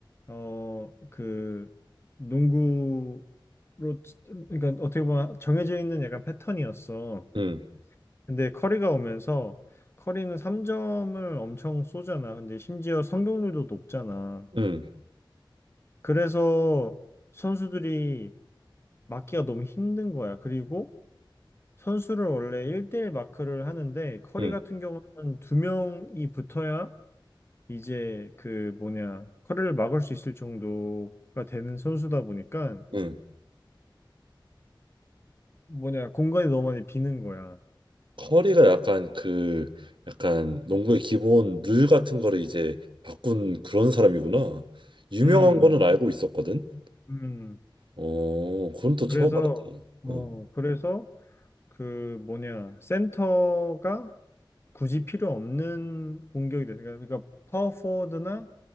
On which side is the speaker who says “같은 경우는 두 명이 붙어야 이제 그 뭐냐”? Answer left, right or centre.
Left